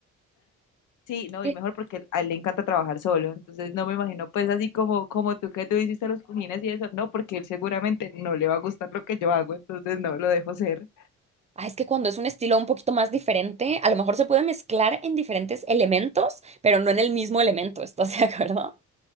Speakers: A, on the left (about 80°); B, on the right (about 25°).
A: Sí, no,
B: <laughs>
A: y mejor porque a él le encanta trabajar solo. Entonces no me imagino pues así como, como tú que tú hiciste los cojines y eso, no, porque él seguramente no le va a gustar lo que yo hago, entonces no, lo dejo ser.
B: Ah, es que cuando es un estilo un poquito más diferente, a lo mejor se puede mezclar en diferentes elementos, pero no en el mismo elemento, ¿estás de acuerdo?